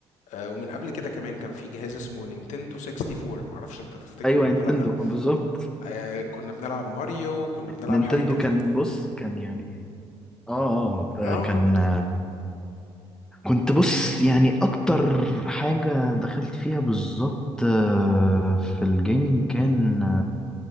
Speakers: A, on the left; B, in the centre.
A: آه، ومن قبل كده كمان كان في جهاز اسمه نينتندو 64 معرفش انت تفتكره
B: ايوه
A: ولا
B: نينتندو
A: لأ
B: بالظبط
A: آه كنا بنلعب ماريو كنا بنلعب
B: نينتندو
A: حاجات كتيرة
B: كان بص كان يعني اه آه،
A: اه
B: كان آه، كنت بص يعني اكتر حاجه دخلت فيها بالظبط آه، في الجيمنج كان